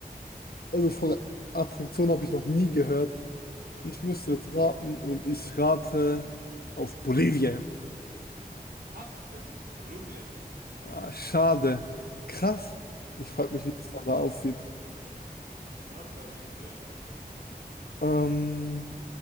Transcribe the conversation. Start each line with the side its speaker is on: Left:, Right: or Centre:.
Left: Also von der Attraktion habe ich noch nie gehört.
Right: Ja, ich auch
Left: Ich
Right: nicht.
Left: müsste jetzt raten und ich rate auf Bolivien.
Right: Passt, es ist Kolumbien.
Left: Ah, schade. Krass. Ich
Right: Mhm.
Left: frage mich, wie das dann da aussieht.
Right: Ja, wäre wirklich.
Left: Ähm,